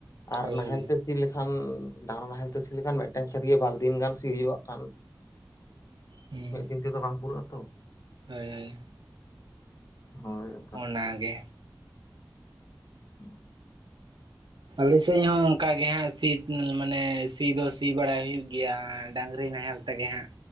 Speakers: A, on the left; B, on the right.
A: ᱟᱨ
B: ᱦᱳᱭ
A: ᱱᱟᱦᱮᱞ
B: ᱦᱳᱭ
A: ᱛᱮ ᱥᱤ, ᱥᱤ ᱞᱮᱠᱷᱟᱱ ᱰᱟᱝᱨᱟ ᱱᱟᱦᱮᱞ ᱛᱮ ᱥᱤ ᱞᱮᱠᱷᱟᱱ, ᱢᱤᱫᱴᱮᱱ ᱠᱷᱮᱛ ᱜᱮ ᱵᱟᱨᱫᱤᱱ ᱜᱟᱱ ᱥᱤ ᱦᱩᱭᱩᱜ ᱠᱷᱟᱱ᱾
B: ᱦᱩᱸ
A: ᱢᱤᱫ ᱫᱤᱱ ᱛᱮᱫᱚ ᱵᱟᱝ ᱯᱩᱨᱟᱹᱜ ᱟᱛᱚ᱾
B: ᱦᱳᱭ ᱦᱳᱭ
A: ᱦᱳᱭ,
B: ᱚᱱᱟᱜᱮ,
A: ᱦᱩ, <inaudible>
B: ᱟᱞᱮ ᱥᱮᱫ ᱦᱚᱸ ᱚᱱᱠᱟᱟᱜ ᱜᱮ ᱦᱟᱸᱜ ᱥᱤ ᱢᱟᱱᱮ ᱥᱤ ᱫᱚ ᱥᱤ ᱵᱟᱲᱟᱭ ᱦᱳᱭᱩᱜ ᱜᱮᱭᱟ, ᱰᱟᱝᱨᱤ ᱱᱟᱦᱮᱞ, ᱛᱮᱜᱮ ᱦᱟᱸᱜ,